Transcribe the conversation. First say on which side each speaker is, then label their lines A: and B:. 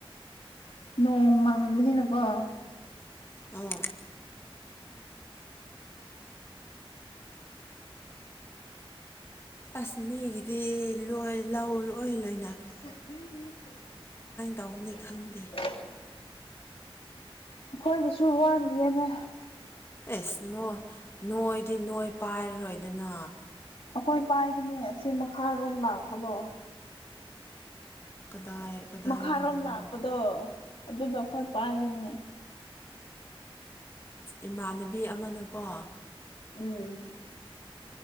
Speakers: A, on the left; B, on the left.
A: ꯅꯣꯡ ꯃꯪꯕꯅꯤꯅꯀꯣ
B: ꯑꯥꯎ ꯑꯁ ꯃꯤꯒꯤꯗꯤ ꯂꯣꯏ ꯂꯧ ꯂꯣꯏ ꯂꯣꯏꯅ
A: <unintelligible>
B: ꯇꯧꯒꯅꯤ ꯈꯪꯗꯦ
A: ꯑꯩꯈꯣꯏꯒꯤꯁꯨ ꯋꯥꯠꯅꯤꯑꯦꯅ
B: ꯑꯦꯁ ꯅꯣꯏ ꯅꯣꯏꯗꯤ ꯅꯣꯏꯄ ꯄꯥꯏꯔꯔꯣꯏꯗꯅ
A: ꯑꯩꯈꯣꯏ ꯄꯥꯏꯒꯅꯤ ꯑꯁꯤ ꯃꯈꯥꯔꯣꯝ ꯂꯥꯛꯄꯗꯣ
B: ꯀꯗꯥꯏ ꯀꯗꯥꯏꯔꯣꯝꯗꯣ
A: ꯃꯈꯥꯔꯣꯝ ꯂꯥꯛꯄꯗꯣ ꯑꯗꯨꯗꯣ ꯑꯩꯈꯣꯏ ꯄꯥꯏꯒꯅꯤ
B: ꯏꯃꯥꯟꯅꯕꯤ ꯑꯃꯅꯀꯣ
A: ꯎꯝ